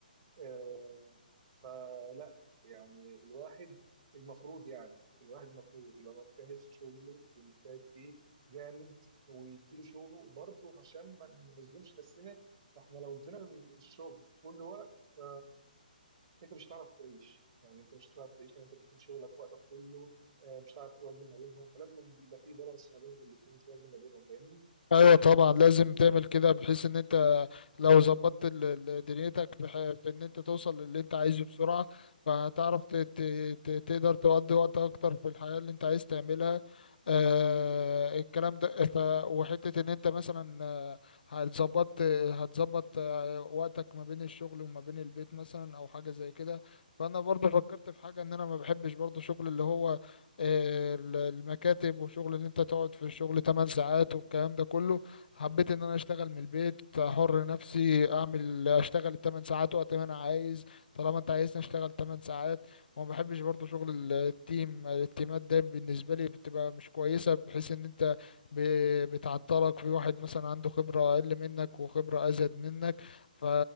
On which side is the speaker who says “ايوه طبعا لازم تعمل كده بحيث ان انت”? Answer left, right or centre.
Left